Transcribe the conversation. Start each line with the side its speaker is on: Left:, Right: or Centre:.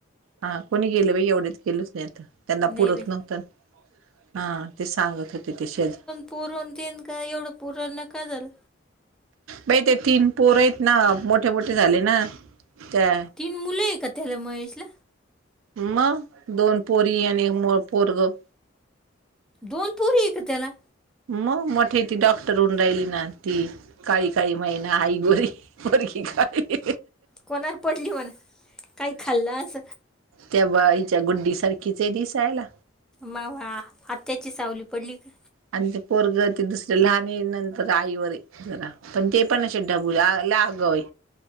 Right: हा कोणी गेलं बा एवढेच गेलच नाही आता त्यांना
Centre: नाही
Right: पुरत
Centre: बाई
Right: नव्हत हा. ते सांगत होते तेसेेच.
Centre: पुरून तीन का एवढं पुरल नका झालं.
Right: बाई ते तीन पोर आहेत ना मोठे मोठे झाले ना त्या
Centre: तीन मुलं आहे काला मग याला.
Right: मग दोन पोरी आणि एक मो पोरगं.
Centre: दोन प पुरी एक त्या ना.
Right: मग मोठे ती डॉक्टर उं रायली ना ती. काळी काळी महिना आई गोरी गरखी काळी
Centre: कोणारार पडली म्हण काही खाल्लंस.
Right: तेव्हा हिच्या गुड्डी सारखीचे दिवस आयला.
Centre: मग आत्याची सावली पडली का?
Right: आणि ते पोरग ते दुसर्या लहान नंतर आईवर जरा. पण ते पण ाबूल्या अगय